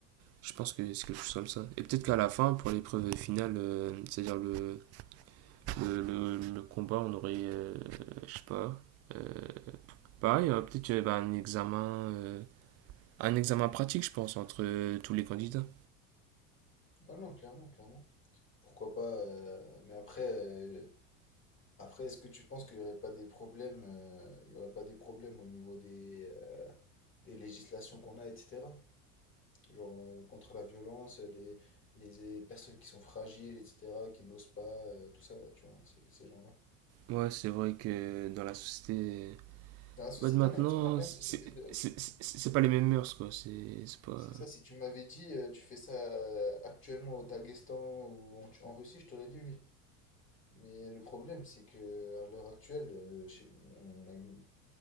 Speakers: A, on the right; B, on the left.
A: Je pense que c'est quelque chose comme ça. Et peut-être qu'à la fin, pour l'épreuve finale, euh, c'est-à-dire le, le, le, le combat, on aurait, euh, je sais pas, euh, pareil, euh, peut-être qu'il y aurait bah, un examen, euh, un examen pratique, je pense, entre euh, tous les candidats.
B: Ouais, non, clairement, clairement. Pourquoi pas, euh, mais après, euh, après, est-ce que tu penses qu'il n'y aurait pas des problèmes, euh, il y aurait pas des problèmes au niveau des, euh, des législations qu'on a, etc. genre euh, contre la violence, les, les personnes qui sont fragiles, etc., qui n'osent pas, euh, tout ça, là, tu vois, ces, ces gens-là.
A: Ouais, c'est vrai que dans la société,
B: Dans la société,
A: bah, de maintenant,
B: on a une- on n'a pas
A: c'est
B: une société de...
A: c'est-
B: tu-
A: c'est- c'est pas les mêmes mœurs, quoi. C'est c'est pas.
B: C'est ça, si tu m'avais dit, euh, tu fais ça euh, actuellement au Daghestan ou en, Tu- en Russie, je t'aurais dit oui. Mais le problème, c'est que à l'heure actuelle, euh, chez- on a une...